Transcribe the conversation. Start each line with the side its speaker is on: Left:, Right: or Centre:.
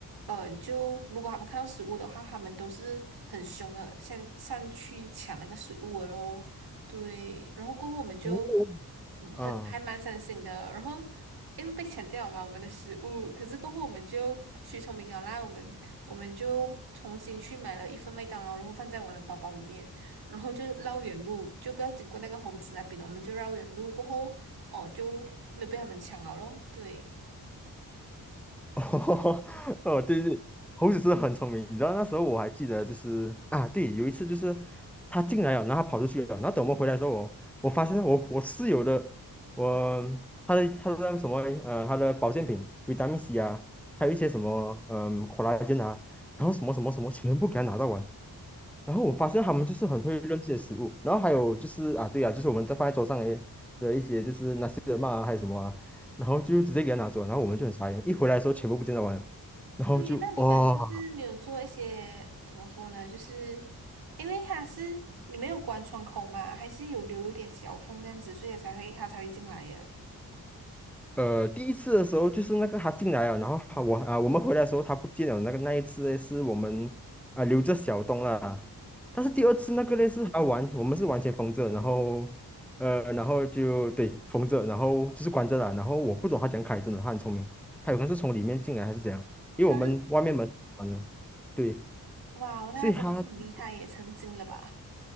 Right: 呃，就如果他们看到食物的话，他们都是很凶的，先上去抢那个食物了咯。对，然后过后我们就
Centre: 哦
Right: 嗯很还蛮伤心的，
Centre: 啊，
Right: 然后因为被抢掉了嘛，我们的食物，可是过后我们就学聪明了啦，我们我们就重新去买了一份麦当劳，然后放在我的包包里面。然后就绕远路，就不要经过那个猴子那边了，我们就绕远路过后，哦，就没有被他们抢了咯。对，
Centre: 哦，<laughs> 哦对对，猴子真的很聪明。你知道那时候我还记得，就是啊，对，有一次就是他进来了，然后他跑出去了，然后等我们回来的时候，我我发现我我室友的我他的他的那个什么呃他的保健品维他命 C 啊，还有一些什么嗯 c o l l 啊，然后什么什么什么全部给他拿到完。然后我发现他们就是很会认这些食物，然后还有就是啊，对啊，就是我们在放在桌上的的一些就是那些的嘛，还有什么啊，然后就直接给他拿走，然后我们就很傻眼，一回来的时候全部不见得完了然后就哇，
Right: 对，那你们就是没有做一些怎么说呢？
Centre: 哦
Right: 就是因为它是你没有关窗口嘛，还是有留一点小缝这样子，所以它才会它才会进来耶。
Centre: 呃，第一次的时候就是那个他进来了，然后他我啊，我们回来的时候他不见了。那个那一次呢，是我们啊留着小东了。但是第二次那个呢是他完，我们是完全封着，然后呃，然后就对封着，然后就是关着了。然后我不懂他讲样开，真的他很聪明，他有可能是从里面进来还是怎样，因为我们外面门是关了，
Right: 哈，
Centre: 对，
Right: 哇，那真是很厉害耶，
Centre: 所以他 <laughs>
Right: 成精了吧？